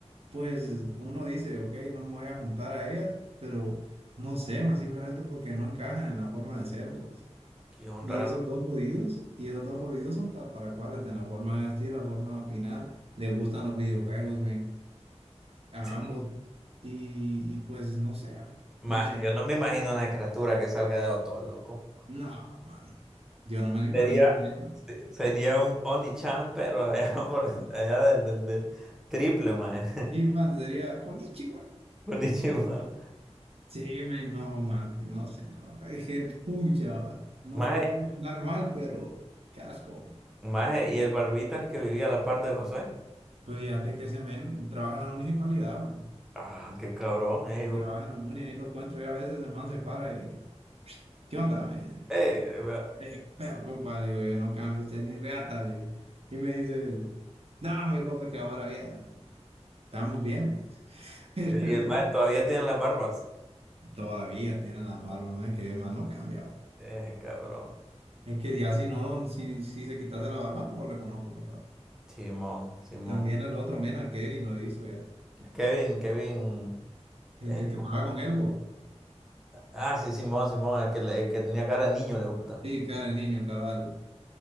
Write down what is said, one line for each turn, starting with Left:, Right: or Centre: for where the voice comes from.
Right: pues uno dice, ok, no me voy a juntar a ellas, pero no sé, más simplemente porque no encajan en la forma de ser vos.
Centre: Qué un
Right: Y
Centre: raro.
Right: esos dos jodidos, y esos dos jodidos son tal para cual, hasta en la forma de vestir, la forma de opinar, les gustan los videojuegos, men, a
Centre: Sí.
Right: ambos. Y, y pues no sé, man,
Centre: Maje,
Right: no sé.
Centre: yo no me imagino una criatura que salga de los dos, loco.
Right: No, man. Yo no me lo imagino,
Centre: Sería,
Right: de hecho.
Centre: se- sería un Onichan, pero <laughs> allá por allá del, del, del triple, maje.
Right: Y man, sería Konichiwa.
Centre: <laughs> Konnichiwa.
Right: Sí, men, no, man, no sé, man, es que pucha, man. No,
Centre: Maje,
Right: no quiero hablar mal, pero qué asco.
Centre: maje, <laughs> y el barbita que vivía a la parte de José.
Right: Pues fíjate que ese men trabaja en la municipalidad, man,
Centre: Ah, qué cabrón, eh,
Right: Y
Centre: hijo
Right: trabaja
Centre: de puta.
Right: en la muni, ahí lo encuentro y a veces, el man se para y, ¿qué onda? Me dice.
Centre: Eh, eh, vea,
Right: Eh, pero compa, le digo, yo no cambio usted ni reata, le digo. Y me dice él, no, me compa, es que ahora bien, estamos bien. me dice. <laughs>
Centre: eh, y el maje todavía tiene las barbas.
Right: Todavía tienen las barbas, no es que más no cambia. va.
Centre: Eh, cabrón.
Right: Es que ya si no, lo- si, si se quitase la barba, no lo reconozco, capaz.
Centre: Simón, Simón.
Right: También el otro mena, Kevin, lo hizo, ya.
Centre: Kevin, Kevin.
Right: El,
Centre: eh,
Right: el que
Centre: ¿cómo?
Right: pagaba con él, bo.
Centre: ah, sí, Simón, Simón, el que, le- el que tenía cara de niño, le dijo puta.
Right: Sí, cara de niño, cabal.